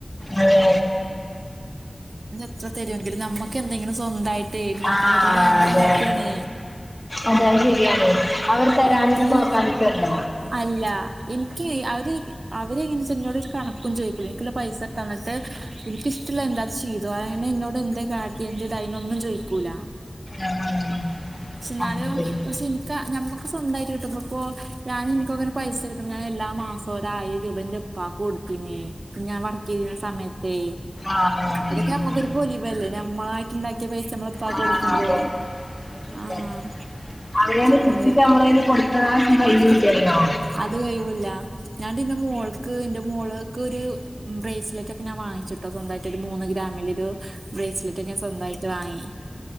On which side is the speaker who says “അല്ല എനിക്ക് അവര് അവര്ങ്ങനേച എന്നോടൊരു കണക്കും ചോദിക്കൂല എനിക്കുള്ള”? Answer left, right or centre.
Right